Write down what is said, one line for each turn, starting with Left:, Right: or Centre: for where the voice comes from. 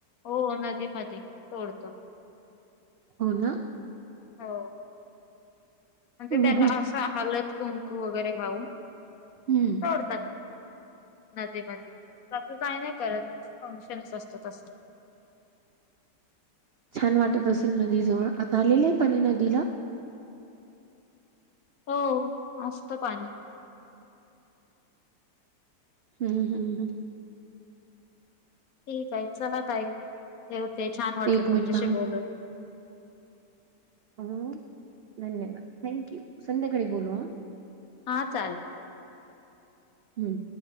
Left: हो. नदीमध्ये सोडतो.
Right: हो, ना.
Left: हो. म्हणजे
Right: हो
Left: त्याला
Right: हो.
Left: असा, हलत - कुंकू वगैरे लावून
Right: हम्म.
Left: सोडतात. नदीमध्ये, बाकी काही नाही करत फंक्शनस असत तसं.
Right: छान वाटत असेल नदी जवळ, आता आलेलेय पाणी नदीला?
Left: हो. अस्त पाणी.
Right: हम्म, हम्म, हम्.
Left: ठीकय, चला ताई ठेवते. छान वाटलं
Right: एक
Left: तुमच्याशी
Right: मिनिट
Left: बोलून.
Right: ह. धन्यवाद. थँक्यू. संध्याकाळी बोलू, हा.
Left: हा, चालेल.
Right: हम्म.